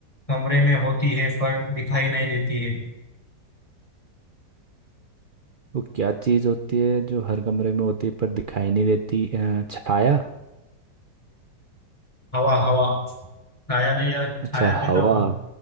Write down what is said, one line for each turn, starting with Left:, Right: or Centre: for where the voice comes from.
Left: कमरे में होती है पर दिखाई नहीं देती है
Right: वो क्या चीज़ होती है जो हर कमरे में होती है पर दिखाई नहीं देती अ, छाया
Left: हवा हवा छाया नहीं यार
Right: अच्छा
Left: छाया कैसा
Right: हवा
Left: होगा